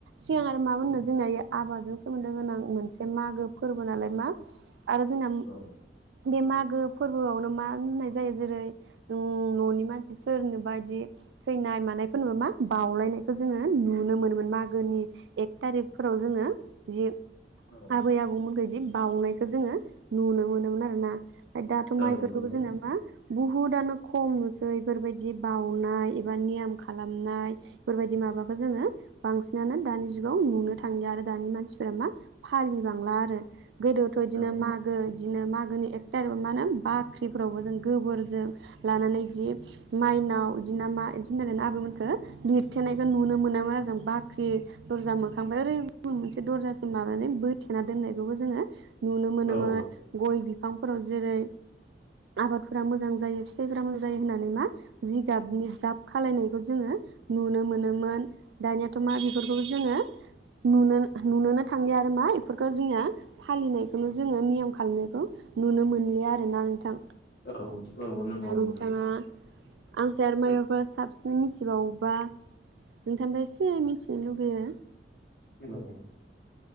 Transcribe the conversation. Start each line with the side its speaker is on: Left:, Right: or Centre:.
Right: सिगां आरो मा मोननो जोंना आबादजों सोमोन्दो गोनां मोनसे मागो फोरबो नालाय मा आरो जोंना म
Left: औ
Right: बे मागो फोरबोआवनो मा होननाय जायो जेरै ओ न'नि मानसि सोरनोबा बिदि थैनाय मानायफोरनोबो मा बाउलायनायखौ जोङो नुनो मोनोमोन मागोनि एक थारिखफोराव जोङो जि
Left: औ
Right: आबै आबौमोनखो बिदि बावनाय खो जोङो नुनो मोनोमोन आरोना। फ्राय दाथ'
Left: औ
Right: मा इफोरखौबो
Left: नंगौ
Right: जों मा बुहुदआनो खम नुसै बेफोरबायदि बावउनाय एबा नियम खालामनाय बेफोरबायदि माबाख बो जोङो बांसिनानो दानि जुगाव नुनो थांला आरो दानि मानसिफोरा मा फालिबांला आरो गोदोथ' इदिनो
Left: औ
Right: मागो दिनो मागोनि एक थारिखाव मा होनो बाख्रिफोरावबो जोङो गोबोरजों लानानै इदि माइनाव इदि ना मा इदिनो आबैमोनखो लिरथेनायखो नुनो मोनामोन आरो जों बाख्रि दर्जा मोखांनिफ्राय ओरै मोनसे दर्जासिम माबानानै बोथेना दोननायखौबो जोङो नुनो मोनोमोन
Left: औ
Right: गय बिफांफोराव जेरै आबादफोरा मोजां जायो फिथाइफोरा मोजां जायो होननानै मा जिगाबनि जाब खालानायखौ जोङो नुनो मोनो मोन दानियाथ' मा बेफोरखौबो जोङो नुनो नुनोनो थांलिया आरो मा बेफोरखौ जोंनिया फालिनायखौनो जोङो नियम खालामनायखौ नुनो मोनलिया आरोना नोंथां।
Left: औ औ नंगौ
Right: दा नोंथाङा
Left: नोंथां
Right: आंनिसाय आरो माबाफोर साबसि नों मिथिबावोबा नोंथांनिफाय एसे मिथिनो लुगैयो।
Left: औ